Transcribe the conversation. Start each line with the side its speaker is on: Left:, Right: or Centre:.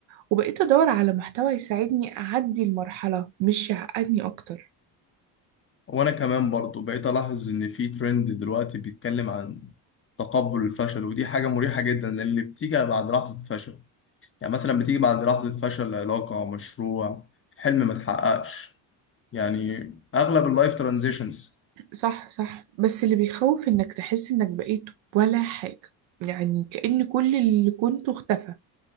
Right: وبقيت ادور على محتوى يساعدني اعدي المرحله مش يعقدني اكتر
Left: وانا كمان برضو بقيت الاحظ ان في ترند دلوقتي بيتكلم عن تقبل الفشل ودي حاجة مريحة جدا اللي بتيجي بعد لحظة فشل يعني مثلا بتيجي بعد لحظة فشل علاقة مشروع حلم ما اتحققش يعني اغلب اللايف ترانزيشنز
Right: صح صح بس اللي بيخوف انك تحس انك بقيت ولا حاجه يعني كأن كل اللي كنته اختفى